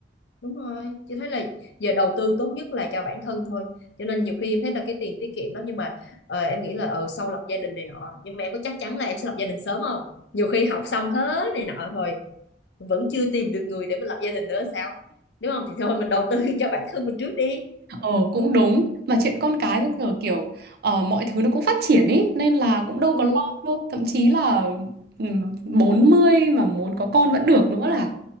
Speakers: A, on the left; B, on the right.
A: Đúng rồi, chị thấy là giờ đầu tư tốt nhất là cho bản thân thôi. Cho nên nhiều khi em thấy là cái tiền tiết kiệm đó nhưng mà ờ, em nghĩ là ờ, sau lập gia đình này nọ, nhưng mà em có chắc chắn là em sẽ lập gia đình sớm không? Nhiều khi học xong hết này nọ rồi vẫn chưa tìm được người để mình lập gia đình nữa sao? Đúng không? Thì thôi mình đầu tư <laughs> cho bản thân mình trước đi.
B: Ờ cũng đúng. Mà chuyện con cái bây giờ kiểu ờ, mọi thứ nó cũng phát triển ý nên là cũng đâu
A: Ừ,
B: có lo đâu. Thậm chí là um, 40 mà muốn có con vẫn được nữa là.